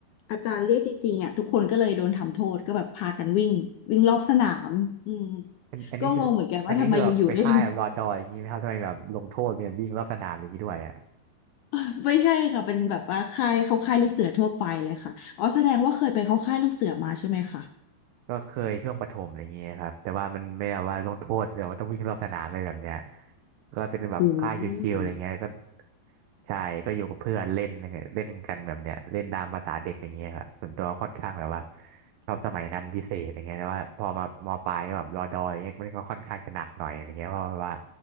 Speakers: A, on the left; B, on the right.
A: อาจารย์เรียกจริงๆอ่ะทุกคนก็เลยโดนทำโทษก็แบบพากันวิ่งวิ่งรอบสนามอืม
B: อันอันนี้คืออันนี้คือแบบไปค่ายแบบรอดอยอย่างนี้ไหมครับทำไมแบบลงโทษเนี่ยวิ่งรอบสนามอย่างนี้ด้วยอ่ะ
A: ก็งงเหมือนกันว่าทำไมอยู่ๆได้ลง <laughs> ไม่ใช่ค่ะเป็นแบบว่าค่ายเขาค่ายลูกเสือทั่วไปเลยค่ะอ๋อแสดงว่าเคยไปเข้าค่ายลูกเสือมาใช่ไหมคะ
B: ก็เคยช่วงประถมอะไรอย่างเงี้ยครับแต่ว่ามันไม่ได้ว่าลงโทษหรือว่าต้องวิ่งรอบสนามอะไรแบบเนี้ยก็เป็นแบบค่ายชิวๆอะไรเงี้ยก็
A: อืม
B: ใช่ก็อยู่กับเพื่อนเล่นเล่นกันแบบเนี้ยเล่นตามภาษาเด็กอย่างเงี้ยครับส่วนตัวค่อนข้างแบบว่าชอบสมัยนั้นพิเศษอย่างเงี้ยแต่ว่าพอมามปลายก็แบบรอดอยอย่างเงี้ยมันก็ค่อนข้างจะหนักหน่อยอย่างเงี้ยเพราะว่า